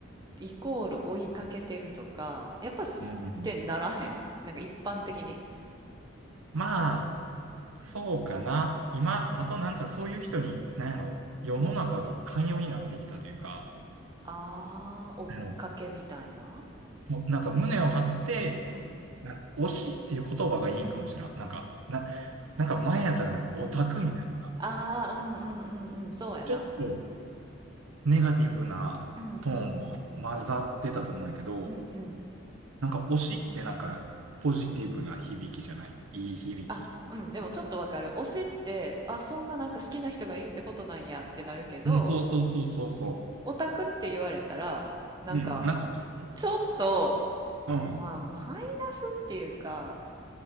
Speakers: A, on the right; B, on the right.
A: イコール追いかけてるとか、やっぱすってならへんなんか一般的に。
B: うん。まあ、そうかな。今、あとなんかそういう人に、なんやろ、世の中が寛容になってきたというか、
A: うんあー、追っかけみたいな。
B: なんやろ、なんか胸を張って、
A: うん
B: な、推しっていう言葉がいいんかもしれん。なんか、な、なんか前やったらなんかオタクみたいなさ、
A: うんうん。ああうんうんうんうん、そうやな。
B: ちょっとネガティブなトーンが混ざってたと思うんやけど、
A: うんうんうんうん。うんうん。
B: なんか推しってなんかポジティブな響きじゃないいい響き。
A: あ、うん、でもちょっとわかる。推しって、あ、そんななんか好きな人がいるってことなんやってなるけど、
B: うんうん、そうそうそうそうそ
A: オタクって言われたら、なんか、
B: う。うん、なんかちょっと、
A: ちょっと、
B: うん。
A: まあ、マイナスっていうか、